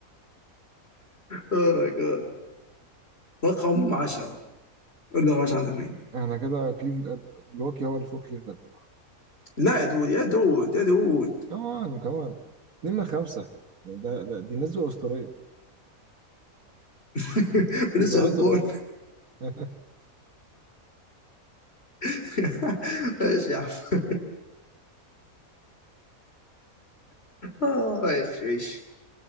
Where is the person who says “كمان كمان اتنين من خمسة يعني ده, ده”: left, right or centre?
Right